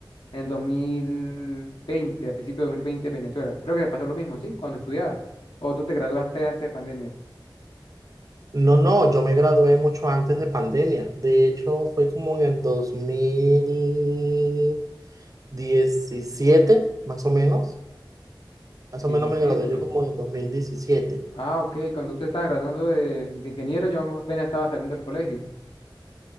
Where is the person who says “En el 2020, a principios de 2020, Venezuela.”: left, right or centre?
Left